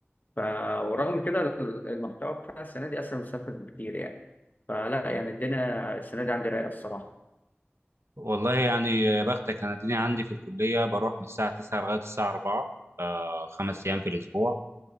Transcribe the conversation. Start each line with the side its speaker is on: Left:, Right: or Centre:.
Left: ف ورغم كده ال- المحتوى بتاع السنة دي أسهل من السنة اللي فاتت بكتير يعني فلا يعني الدنيا السنة دي عندي رايقة الصراحة
Right: والله يعني يا بختك انا الدنيا عندي في الكليه بروح من الساعه 9 لغايه الساعه 4 آه، خمس ايام في الاسبوع